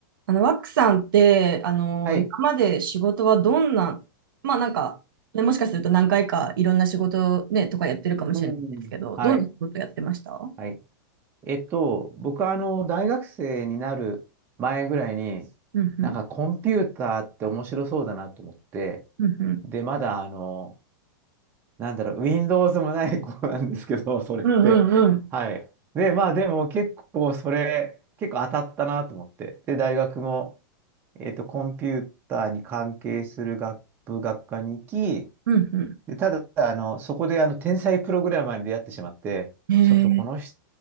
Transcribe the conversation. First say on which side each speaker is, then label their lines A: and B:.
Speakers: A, on the right; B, on the right.
A: あの、ワックさんって、あの、
B: はい。
A: 今まで仕事はどんな、まあなんか、ね、もしかすると何回かいろんな仕事ね、とかやってるかもしれないんですけど、
B: うん。はい。
A: どんな仕事やってました
B: はい。えっと、僕はあの、大学生になる前ぐらいに、
A: うんうん。
B: なんかコンピューターって面白そうだなと思って、
A: うんうん。
B: で、まだあの、なんだろう、Windows もない子なんですけど、<laughs> それって。
A: うんうんうん。
B: はい。で、まあでも結構それ、結構当たったなと思って。で、大学も、えっと、コンピューターに関係する学部学科に行き、
A: うん
B: で、ただ、あの、そこで、あの、天才プログラマーに出会ってしまって、
A: うん。へえ。
B: ちょっとこの人